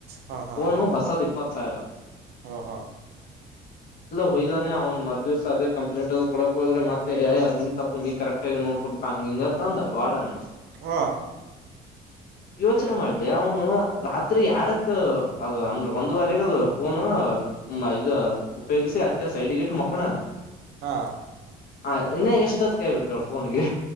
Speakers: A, on the right; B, on the left.
A: ಹಾಂ ಹಾಂ
B: ಓನು ಹೊಸದಿಪ್ ಪತ್ತು ಸಾಯರ
A: ಓಹೋ
B: ಹೊಯ್್ದಾನೆ ಅವ್ ಮರ್ ದಿವ್ಸ ಅದೇ ಕಂಪ್ಲೇಂಟ್ ಅದು ಕೊಡಕಕ್ೋದ್ರ ಮತ್ತೆಯ ಅದ್ ನಿನ್ ತಪ್ಪು ನೀ ಕರೆಕ್ಟ್ ಆಗ ನೋಡ್ಕೋಬೇಕಕ್ ಹಂಗ ಹಂಗ ಅಂದವಾಡಣ
A: ಹ
B: ಯೋಚನೆ ಮಾಡ್ಲಿ ಅವನು ರಾತ್ರಿ ಎರಡಕ್ ಅದು ಅಂದ್ರ ಒಂದುವರೆಗೆ ಅದು ೋನು ಇದ ಉಪಯೋಗಿಸಿ ಅತ್ತೆ ಸೈಡ್ಗಿಟ್ಟ ಮಕ್ಕಣಾನ
A: ಹಾ
B: ಹ ಇನ್ನೇ ಎಷ್ಟ ಹತ್್ ಕಾಯ್ಬೇಕ ಫೋನ್ಗೆ